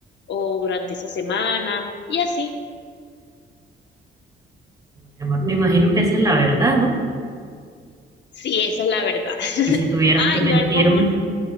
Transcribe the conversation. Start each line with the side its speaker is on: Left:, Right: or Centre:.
Left: o durante esa semana y así.
Right: Mi amor, me imagino que esa es la verdad, ¿no?
Left: Sí, esa es la verdad. <laughs>
Right: Y si tuvieras
Left: Ah,
Right: que mentirme,
Left: y algo más,